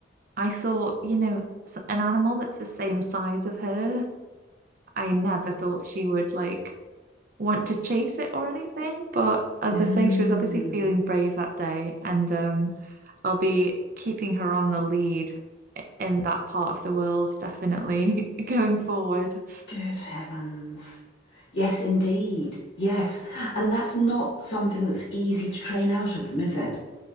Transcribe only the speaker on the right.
I thought, you know, s- an animal that's the same size of her, I never thought she would like want to chase it or anything. But as
I say, she was obviously feeling brave that day, and um, I'll be keeping her on the lead i- in that part of the world, definitely <laughs> going forward.